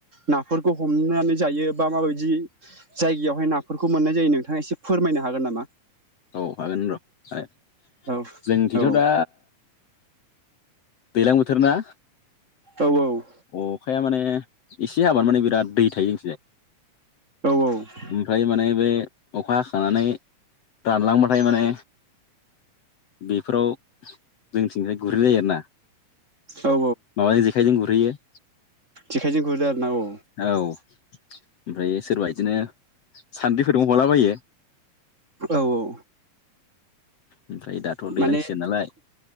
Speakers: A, on the right (about 20°); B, on the left (about 55°).
A: नाफोरखौ हमनानै जायो बा माबायदि जायगायावहाय नाफोरखौ मोननाय जायो नोंथाङा एसे फोरमायनो हागोन नामा?
B: औ हागोन र'
A: औ
B: जोंथिथ'
A: औ
B: दा दैज्लां बोथोर ना?
A: औ औ।
B: अखाया माने एसे आबाद माने बिराद दै थायो जोंनि थिंजाय।
A: औ औ।
B: ओमफ्राय माने बे अखा हाखानानै रानलांबाथाय माने बेफोराव जोंथिंनिफ्राय गुरहैनाय जायो आरोना
A: औ
B: माबाजों जेखायजों गुरहैयो।
A: जेखाइजों गुरदो आरो ना औ।
B: औ ओमफ्राय सोरबा बिदिनो सान्द्रिफोरजों हलाबायो।
A: औ औ।
B: ओमफ्राय दाथ'
A: माने
B: दैलां सिजेन नालाय